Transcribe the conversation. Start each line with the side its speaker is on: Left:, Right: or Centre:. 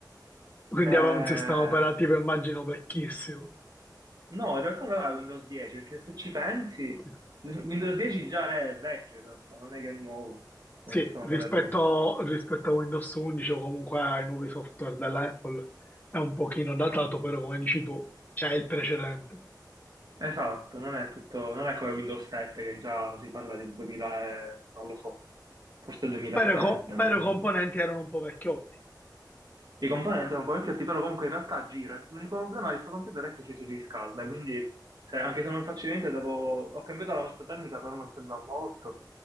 Left: Quindi
Right: Eh,
Left: aveva un sistema operativo, immagino, vecchissimo.
Right: <laughs> no, in realtà non era Windows 10, perché se tu ci pensi,
Left: Ok.
Right: Windows 10 già è vecchio in realtà, non è che è nuovo come
Left: Sì,
Right: sistema
Left: rispetto,
Right: operativo.
Left: rispetto a Windows 11 o comunque ai nuovi software dell'Apple è un pochino datato, però come dici tu, c'è il precedente.
Right: Esatto, non è tutto, non è come Windows 7 che già si parla del 2000, e- non lo so, forse 2007,
Left: Però, i co-
Right: non-
Left: però i componenti erano un po' vecchiotti.
Right: I componenti sono parecchio però comunque in realtà gira. L'unico problema di questo computer è che si surriscalda, quindi se- anche se non faccio niente, devo... ho cambiato la vostra tecnica, però non sembra molto.